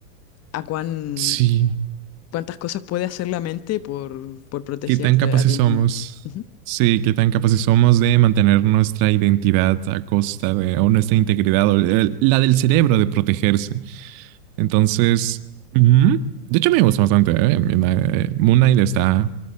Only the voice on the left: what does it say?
A cuán,
cuántas cosas puede hacer la mente por, por protegerte
a ti
mismo. Ujú,